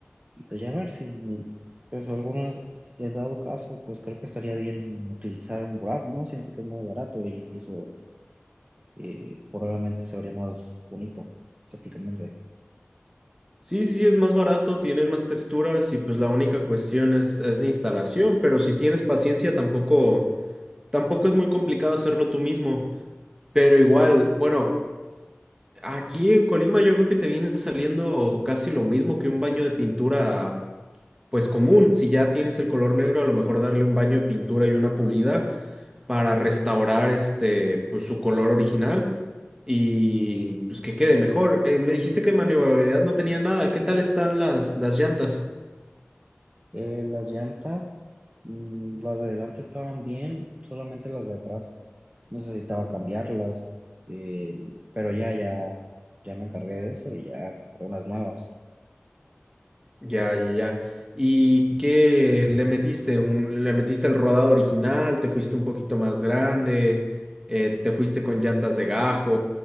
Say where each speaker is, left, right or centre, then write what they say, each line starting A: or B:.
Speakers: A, on the right; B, on the right.
A: Y pues ya ver si, pues algunas, si en dado caso, pues creo que estaría bien utilizar un Grab, ¿no? Siento que es muy barato e incluso eh, probablemente se vería más bonito estéticamente.
B: Sí, sí, sí, es más barato, tienen más texturas y pues la única cuestión es, es la instalación, pero si tienes paciencia tampoco, tampoco es muy complicado hacerlo tú mismo, pero igual, bueno, aquí en Colima yo creo que te viene saliendo casi lo mismo que un baño de pintura pues común. Si ya tienes el color negro, a lo mejor darle un baño de pintura y una pulida para restaurar este, pues su color original y pues que quede mejor. Eh, me dijiste que maniobrabilidad no tenía nada. ¿Qué tal están las, las llantas?
A: Eh, las llantas, mm, las de adelante estaban bien, solamente las de atrás necesitaba cambiarlas, eh, pero ya, ya, ya me encargué de eso y ya compré unas nuevas.
B: Ya, ya, ya. ¿Y qué le metiste? Un, ¿le metiste el rodado original? ¿Te fuiste un poquito más grande? Eh, ¿te fuiste con llantas de gajo